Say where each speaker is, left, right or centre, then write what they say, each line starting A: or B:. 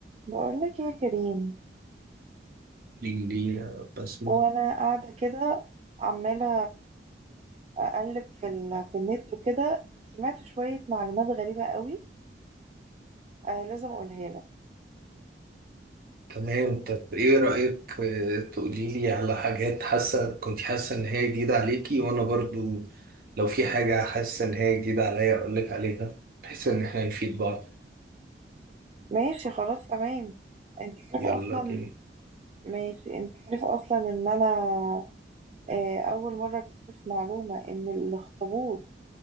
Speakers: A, on the right; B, on the right.
A: بقولك يا كريم
B: ليه ليه بسمة
A: وانا قاعده كده عماله اقلب في ال... في النت وكده سمعت شويه معلومات غريبه قوي آه لازم اقولها لك
B: تمام طب ايه رأيك آه، تقولي لي على حاجات حاسة كنت حاسة ان هي جديدة عليكي وانا برضو لو في حاجة حاسة ان هي جديدة عليا اقول لك عليها بحيث ان احنا نفيد بعض
A: ماشي خلاص تمام انت عارف
B: يلا
A: اصلا
B: بينا
A: ماشي انت عارف اصلا ان انا آه اول مره اكتشف معلومه ان الاخطبوط